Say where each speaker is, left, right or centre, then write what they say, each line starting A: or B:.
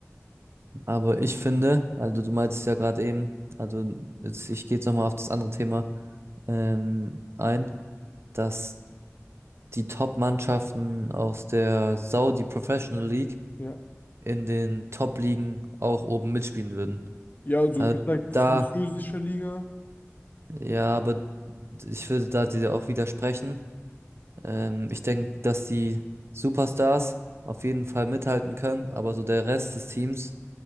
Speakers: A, on the right (about 60°); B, on the left (about 35°).
A: Aber ich finde, also du meintest ja gerade eben, also jetzt, ich gehe jetzt nochmal auf das andere Thema ähm, ein, dass die Top-Mannschaften aus der Saudi Professional League
B: Ja.
A: in den Top-Ligen auch oben mitspielen würden.
B: Ja, also
A: Also
B: ich sage
A: da,
B: französische Liga.
A: ja, aber ich würde da dir auch widersprechen. Ähm, ich denke, dass die Superstars auf jeden Fall mithalten können, aber so der Rest des Teams